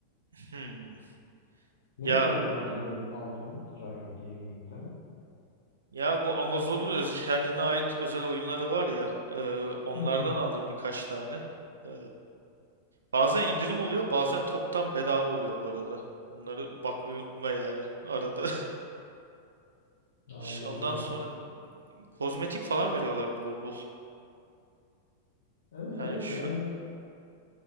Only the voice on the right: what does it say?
Hmm.
Ya
Ya bu Amazon'un öz- kendine ait özel oyunları var ya, e, onlardan
aldım birkaç tane. E, bazen indirim oluyor, bazen toptan bedava oluyor bu arada. Onları bakmayı unutma yani arada. <laughs>
Ş- Ondan sonra n- kozmetik falan veriyorlar bol bol.
Yani
şu